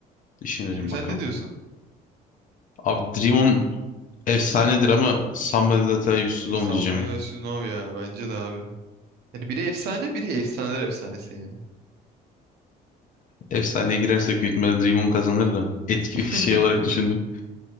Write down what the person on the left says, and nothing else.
Düşünelim
bakalım.
Abi Dream On efsanedir ama Somebody That I Used To
Know
diyeceğim. ya.
Efsaneye girersek büyük ihtimalle Dream On kazanır da etki
<laughs> şey olarak düşündüm.